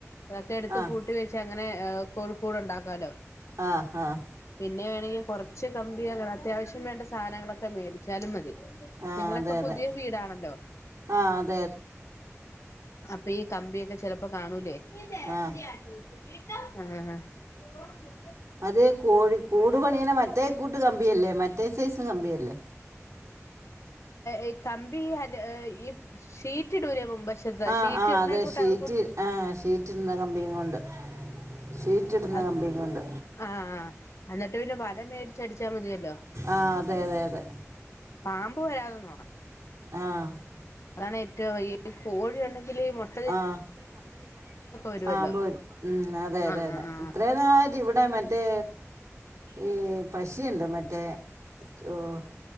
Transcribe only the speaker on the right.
ആഹ്
ആഹ് ആഹ്
ആഹ്
അതെ
അതെ
ആഹ് അത്
ആഹ്
അത് കോഴി കൂടു പണിയണ മറ്റേ കൂട്ട് കമ്പിയല്ലേ മറ്റേ സൈസ് കമ്പിയല്ലേ
ആഹ്
ആഹ്
അതെ
ഷീറ്റ്
ആഹ് ഷീറ്റിടുന്ന കമ്പിം കൊണ്ട് ഷീറ്റ് ഇടുന്ന
കമ്പിം കൊണ്ട്
ആഹ് അതെ അതെ അതെ
ആഹ്
ആഹ്
ബോ ഉം അതെ അതെ
അതെ
ഇത്രയും നാള തി ഇവിടെ മറ്റേ ഈ പഷയുണ്ട് മറ്റേ ഓഹ്